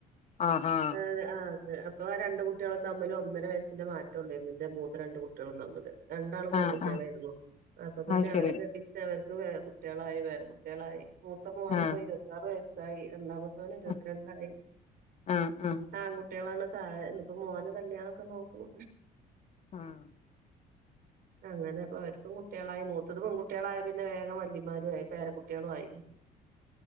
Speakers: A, on the left; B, on the right.
A: ആഹാ
B: ആഹ് ആഹ് അന്ന് അ പ്പൊ ആ രണ്ട് കുട്ട്യേളും തമ്മിൽ ഒന്നര വയസ്സിന്റെ മാറ്റൊള്ളേര്ന്ന്. ഇന്റെ മൂത്തെ രണ്ട് കുട്ട്യേളും തമ്മില്. രണ്ടാളും പെൺകുട്ട്യേളേര്ന്നു.
A: ആ ആ
B: അപ്പ പിന്നെ
A: അത് ശരി
B: അവരെ കെട്ടി ച്ച് അവർക്ക് വേ കുട്ട്യേളായി പേരകുട്ട്യേളായി മൂത്ത മോനിപ്പോ
A: ആ
B: ഇരുപത്താറ് വയസ്സായി. രണ്ടാമ ത്തോന് ഇരുപത്തിരണ്ടായി.
A: ആ ആ ആ
B: ആൺകുട്ട്യേളാണ്. ആഹ് ഇനി പ്പോ മോന് കല്യാണൊക്കെ നോക്കണം.
A: ആഹ്.
B: അങ്ങനെ ഇപ്പൊ അവര്ക്കും കുട്ട്യേളായി മൂത്തത് പെൺകുട്ട്യേളായ പിന്നെ വേഗം വല്ലിമ്മാരു ആയി. പേര കുട്ട്യേളു ആയി.